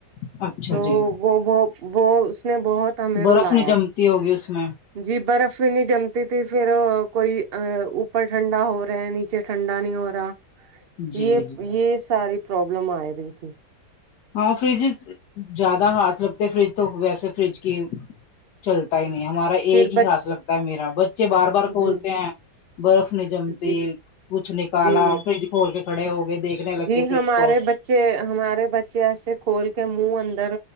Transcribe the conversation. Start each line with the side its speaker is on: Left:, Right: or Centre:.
Left: ہے اچھا
Right: تو
Left: جی
Right: وہ ب وہ اس نے بہت ہمیں
Left: برف
Right: رلایا
Left: نہیں جمتی ہوگی اس میں
Right: جی برف بھی نہیں جمتی تھی پھر کوئی اوپر ٹھنڈا ہو رہا ہے نیچے ٹھنڈا نہیں ہو رہا
Left: جی
Right: یہ
Left: جی
Right: یہ ساری پرابلم آ رہی تھی
Left: ہاں فریج زیادہ ہاتھ لگتے فریج تو ویسے فریج کی چلتا ہی نہیں ہمارا ایک
Right: پھر
Left: ہی
Right: بچ
Left: ہاتھ لگتا ہے میرا بچے بار بار کھولتے
Right: جی
Left: ہیں برف نہیں جمتی
Right: جی
Left: کچھ ن کالا
Right: جی
Left: فرج کھول کے کھڑے ہو گئے دیکھ لنے لگے
Right: جی
Left: فرج
Right: ہمارے
Left: کو
Right: بچے ہمارے بچے ایسے کھول کے منہ اندر